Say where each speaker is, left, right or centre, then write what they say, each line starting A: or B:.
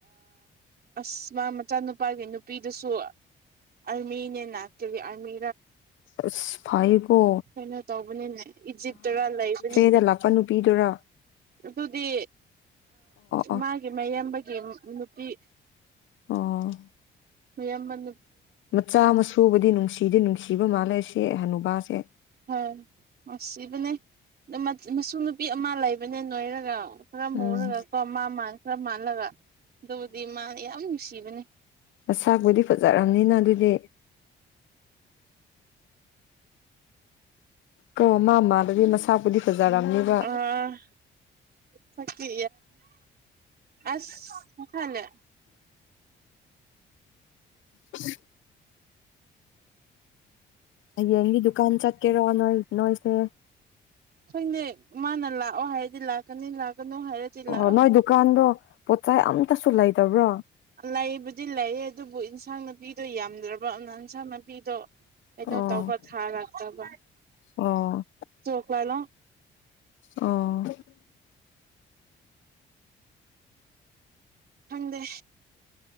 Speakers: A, on the right; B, on the left.
A: ꯑꯁ ꯃꯥ ꯃꯆꯥꯅꯨꯄꯥꯒꯤ ꯅꯨꯄꯤꯗꯨꯁꯨ ꯑꯜꯃꯟ ꯌꯦꯟ ꯍꯥꯇꯔꯤ ꯑꯜꯃꯤ
B: ꯑꯁ ꯐꯩꯌꯦꯀꯣ
A: ꯀꯩꯅꯣ ꯇꯧꯕꯅꯤꯅꯦ ꯏꯖꯤꯞꯇꯒ ꯂꯩꯕꯅꯤ
B: ꯗ ꯂꯥꯛꯄ ꯅꯨꯄꯤꯗꯨꯔ
A: ꯑꯗꯨꯗꯤ
B: ꯑꯣ
A: ꯃꯥꯒꯤ ꯃꯌꯦꯕꯒꯤ ꯅꯨꯄꯤ
B: ꯑꯣ
A: ꯌꯥꯝꯃꯜ
B: ꯃꯆꯥ ꯃ ꯁꯨꯕꯗꯤ ꯅꯨꯡꯁꯤꯗꯤ ꯅꯨꯡꯁꯤꯕ ꯃꯥꯜꯂꯦ ꯁꯤ ꯍꯅꯨꯕꯥꯁꯦ
A: ꯍꯣꯏ ꯁꯤꯕꯅꯦ ꯃꯁꯨ ꯅꯨꯄꯤ ꯑꯃ ꯂꯩꯕꯅꯦ ꯅꯣꯏꯔꯒ ꯈꯔ ꯃꯨꯔꯒ
B: ꯎꯝ
A: ꯀꯣ ꯃꯥ ꯃꯥꯜ ꯈꯔ ꯃꯥꯜꯂꯒ ꯑꯗꯨꯕꯨꯗꯤ ꯃꯥꯅ ꯌꯥꯝ ꯅꯨꯡꯁꯤꯕꯅꯦ
B: ꯅꯁꯥꯄꯨꯗꯤ ꯐꯖꯔꯕꯔꯕꯅꯤꯅ ꯑꯗꯨꯗꯤ ꯀꯧ ꯑꯃ ꯑꯃꯗꯗꯤ ꯃꯁꯥꯕꯨꯗꯤ ꯐꯖꯔꯝꯅꯦꯕ
A: ꯑ ꯁꯛꯇꯤ ꯑꯁ ꯐꯅ
B: ꯎ ꯌꯦꯡꯒꯤ ꯗꯨꯀꯥꯟ ꯆꯠꯀꯦꯔꯣ ꯅꯣꯣꯏ ꯅꯣꯣꯏꯁꯦ
A: ꯑꯩꯈꯣꯏꯅꯦ ꯃꯥꯅ ꯂꯥꯛꯑꯣ ꯍꯥꯏꯔꯗꯤ ꯂꯥꯛꯀꯅꯤ ꯂꯥꯛꯀꯅꯨ ꯍꯥꯏꯔꯗꯤ ꯂꯥꯛꯑꯣ
B: ꯑꯣ ꯅꯣꯏ ꯗꯨꯀꯥꯟꯗꯣ ꯄꯣꯠꯆ ꯑꯝꯇꯁꯨ ꯂꯩꯇꯕ꯭ꯔꯣ
A: ꯂꯩꯕꯨꯗꯤ ꯂꯩꯌꯦ ꯑꯗꯨꯕꯨ ꯏꯟꯁꯥꯡ ꯅꯨꯄꯤꯗꯣ ꯌꯥꯝ ꯐꯗ꯭ꯔꯕ ꯅꯟꯁꯟ ꯃꯄꯤꯗꯣ ꯀꯩꯅꯣ
B: ꯑꯣ
A: ꯇꯧꯕ ꯊꯥꯔꯛꯇꯕ
B: ꯑꯣ
A: ꯆꯣꯛ ꯂꯥꯂꯣꯡ
B: ꯑꯣ
A: ꯍꯪꯗꯦ